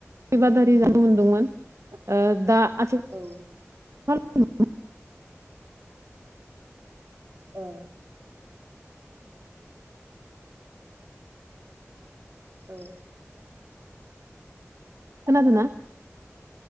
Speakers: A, on the right (about 75°); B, on the right (about 50°).
A: बादारि जानो मोनदोंमोन ओ दा आथिख
B: औ
A: <inaudible>
B: ओं औ
A: खोनादोना?